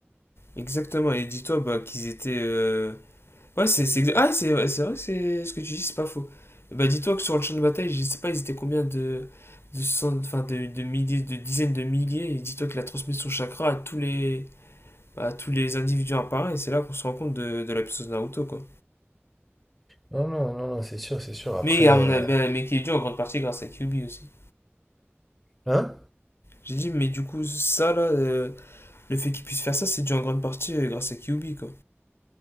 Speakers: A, on the left (about 60°); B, in the centre.
A: Exactement. Et dis-toi bah, qu'ils étaient. euh, Ouais, c'est c'est exa- ah, c'est ouais, c'est vrai que c'est ce que tu dis, c'est pas faux. Bah, dis-toi que sur le champ de bataille, je sais pas, ils étaient combien de, de, cent- enfin, de, de milliers, de dizaines de milliers, et dis-toi qu'il a transmis son chakra à tous les, bah, à tous les individus apparaît, et c'est là qu'on se rend compte de, de la puissance de Naruto, quoi.
B: Non, non, non, non, c'est sûr, c'est sûr. Après.
A: Mais,
B: euh,
A: à mon avis, bah, mais qui est dû en grande partie grâce à Kyuubi aussi.
B: Hein?
A: J'ai dit, mais du coup, ça là, euh, le fait qu'il puisse faire ça, c'est dû en grande partie euh, grâce à Kyuubi, quoi.